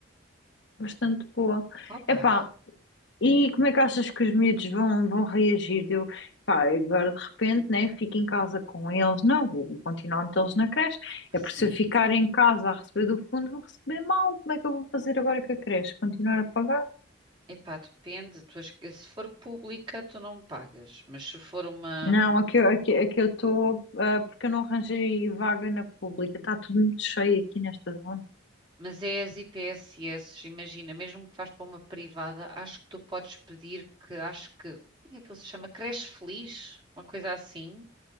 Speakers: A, on the left; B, on the right.
A: bastante boa.
B: Opa,
A: Epá, e como é que achas que os miúdos vão, vão reagir? Eu, pá, agora de repente, né, fico em casa com eles. Não, vou, vou continuar a metê-los na creche.
B: sim.
A: É porque se eu ficar em casa a receber do fundo, vou receber mal. Como é que eu vou fazer agora com a creche? Continuar a pagar?
B: Epá, depende. Tu, as- se for pública, tu não pagas. Mas se for uma.
A: Não, aqui, aqui, aqui eu estou, porque eu não arranjei vaga na pública. Está tudo muito cheio aqui nesta zona.
B: Mas é as IPSS, imagina, mesmo que vás para uma privada, acho que tu podes pedir que. Acho que. Como é que ele se chama? Creche Feliz? Uma coisa assim.